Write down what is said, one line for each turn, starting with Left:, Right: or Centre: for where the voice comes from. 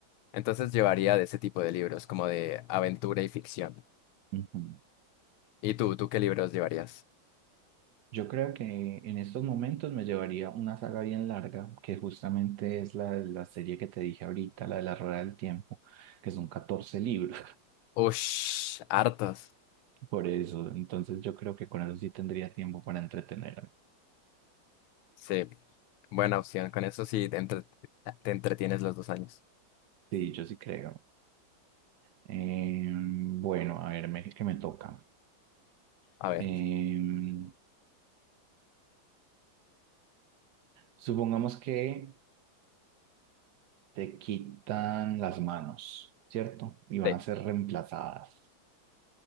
Left: Entonces llevaría de ese tipo de libros, como de aventura y ficción.
Right: Ujú.
Left: ¿Y tú, tú qué libros llevarías?
Right: Yo creo que en estos momentos me llevaría una saga bien larga, que justamente es la la serie que te dije ahorita, la de la Rueda del Tiempo, que son 14 libros.
Left: Ush, hartos.
Right: <laughs> Por eso, entonces yo creo que con eso sí tendría tiempo para entretenerme.
Left: Sí, buena opción. Con eso sí te, entre- te entretienes los dos años.
Right: Sí, yo sí creo. Em, bueno, a ver, me- que me toca.
Left: A ver,
Right: Em, supongamos que te quitan las manos, ¿cierto? Y van
Left: sí.
Right: a ser reemplazadas.